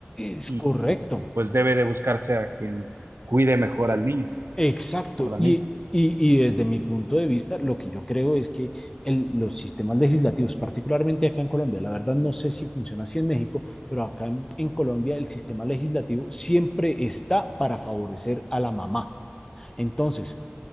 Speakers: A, on the left; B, on the right.
A: Es
B: y,
A: correcto,
B: y, pues debe de buscarse a quien cuide mejor al niño
A: exacto.
B: o la
A: Y,
B: niña.
A: y- y desde mi punto de vista, lo que yo creo es que el- los sistemas legislativos, particularmente acá en Colombia, la verdad no sé si funciona así en México, pero acá en, en Colombia el sistema legislativo siempre está para favorecer a la mamá. Entonces,